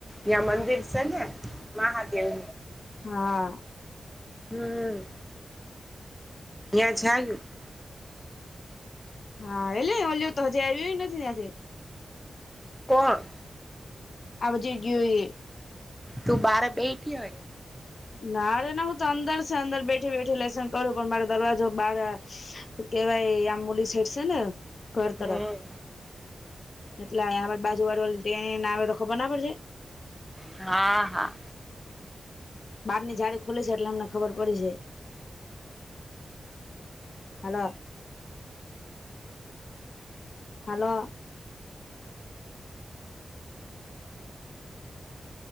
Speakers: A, in the centre; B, on the left (about 55°).
A: યા મંદિર છે ને મહાદેવ.
B: હા.
A: હમ. <unintelligible>
B: હા એટલે ઓલયો તો હજી આવ્યો નથી <unintelligible>
A: કોણ?
B: આવજે ગીયો એ
A: તો બાર જ બેઠી હોય એ.
B: ના રે ના હું તો અંદર છે અંદર બેઠી બેઠી લેશને કરું પણ મારો દરવાજો બાર અ કેવાય આમોલી સીટ છે ને ઘર
A: હમ
B: તરફ એટલે આમા બાજુ વાળ એ ના આવે તો ખબર ના પડે.
A: હા હા.
B: બારની જાડી ખુલી જાય એટલે અમને ખબર પડી જાય. Hello. Hello.